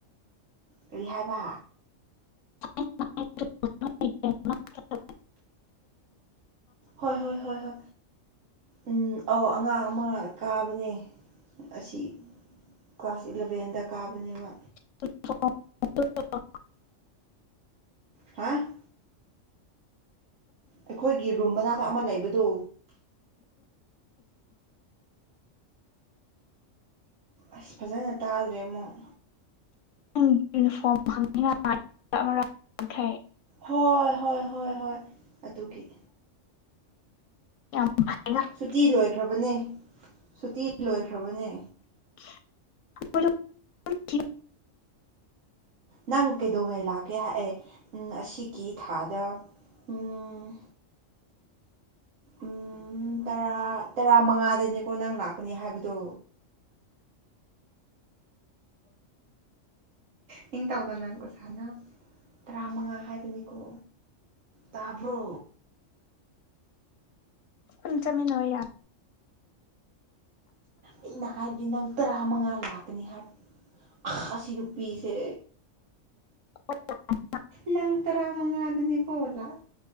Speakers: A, on the right (about 80°); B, on the left (about 75°).
A: ꯀꯔꯤ ꯍꯥꯢꯕ
B: <unintelligible>
A: ꯍꯣꯢ ꯍꯣꯢ ꯍꯣꯢ ꯍ ꯎꯝ ꯑꯧ ꯑꯉꯥꯡ ꯑꯃ ꯀꯥꯕꯅꯦ ꯑꯁꯤ ꯀ꯭ꯂꯥꯁ ꯏꯂꯚꯦꯟꯗ ꯀꯥꯕꯅꯦꯕ
B: <unintelligible>
A: ꯍꯥ ꯑꯩꯈꯣꯢꯒꯤ ꯔꯨꯝ ꯃꯅꯥꯛꯇ ꯑꯃ ꯂꯩꯕꯗꯣ ꯑꯁ ꯐꯖꯅ ꯇꯥꯗ꯭ꯔꯦ ꯑꯃꯨꯛ
B: ꯅꯪ ꯌꯨꯅꯤꯐꯣꯔꯝ <unintelligible> ꯑꯃꯔꯛ ꯑꯪꯀꯦ
A: ꯍꯣꯢ ꯍꯣꯢ ꯍꯣꯢ ꯍꯣꯢ ꯑꯗꯨꯒꯤ
B: ꯌꯥꯝ ꯐꯠ
A: ꯁꯨꯇꯤ ꯂꯣꯢꯈ꯭ꯔꯕꯅꯦ ꯁꯨꯇꯤ ꯂꯣꯢꯈ꯭ꯔꯕꯅꯦ
B: <unintelligible>
A: ꯅꯪ ꯀꯩꯗꯧꯉꯩ ꯂꯥꯛꯀꯦ ꯍꯥꯢ ꯅꯪ ꯑꯁꯤꯒꯤ ꯊꯥꯗ ꯎꯝ ꯎꯝ ꯇꯔꯥ ꯇꯔꯥꯃꯉꯥꯗꯅꯤꯀꯣ ꯅꯪ ꯂꯥꯛꯀꯅꯤ ꯍꯥꯢꯕꯗꯣ ꯅꯤꯡꯇꯥꯎꯗꯅ ꯑꯃꯨꯛꯀ ꯁꯨꯃꯥꯏꯅ ꯇꯔꯥꯃꯉꯥ ꯍꯥꯢꯕꯅꯤ ꯀꯣ ꯇꯥꯕ꯭ꯔꯣ
B: ꯄꯨꯟ ꯆꯥꯃꯤꯟꯅꯧ ꯌꯥ
A: ꯑꯩꯅ ꯍꯥꯢꯕꯗꯤ ꯅꯪ ꯇꯔꯥ ꯃꯉꯥ ꯂꯥꯛꯀꯅꯤ ꯍꯥꯢꯕ ꯑꯁꯤ ꯅꯨꯄꯤꯁꯦ
B: <unintelligible>
A: ꯅꯪ ꯇꯔꯥꯃꯉꯥꯗꯅꯤ ꯀꯣ ꯂꯥꯛ